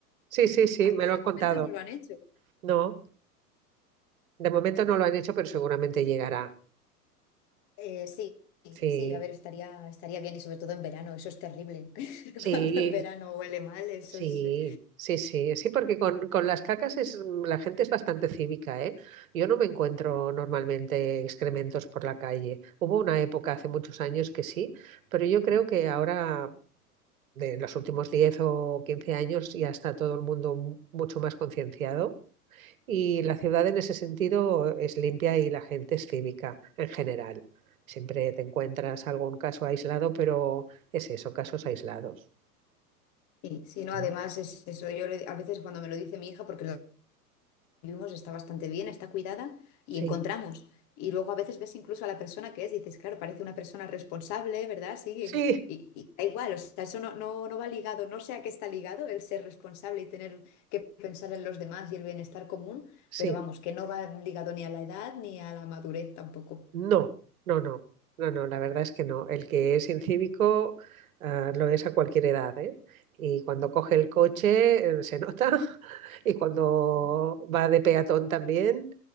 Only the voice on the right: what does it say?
sí, sí, sí,
me lo
han
contado.
No, de momento no lo han hecho, pero seguramente llegará.
Sí,
sí,
sí,
sí, sí, sí, porque con, con las cacas es, la gente es bastante cívica, ¿eh? Yo no me encuentro normalmente excrementos por la calle. Hubo una época hace muchos años que sí, pero yo creo que ahora, de los últimos 10 o 15 años, ya está todo el mundo mucho más concienciado Y la ciudad en ese sentido es limpia y la gente es cívica en general. Siempre te encuentras algún caso aislado, pero es eso, casos aislados.
¿no?
Sí,
sí,
sí.
No, no, no, no, no, la verdad es que no. El que es incívico, ah, lo es a cualquier edad, ¿eh? Y cuando coge el coche, eh, se nota. <laughs> Y cuando va de peatón también,